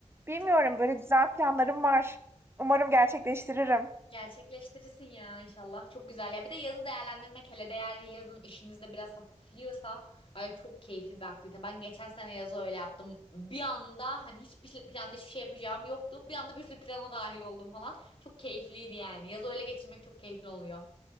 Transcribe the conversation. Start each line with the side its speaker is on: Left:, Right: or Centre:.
Right: Bilmiyorum
Left: çok
Right: böyle güzel planlarım var. Umarım gerçekleştiririm.
Left: Gerçekleştirirsin ya inşallah. Çok güzel ya. Bir de yazı değerlendirmek hele de eğer yazın işinizde biraz hafifliyorsa bence çok keyifli bir aktivite. Ben geçen sene yazı öyle yaptım. Bir anda hani hiçbir planda hiçbir şey yapacağım yoktu. Bir anda bir sürü plana dahil oldum falan. Çok keyifliydi yani. Yazı öyle geçirmek çok keyifli oluyor.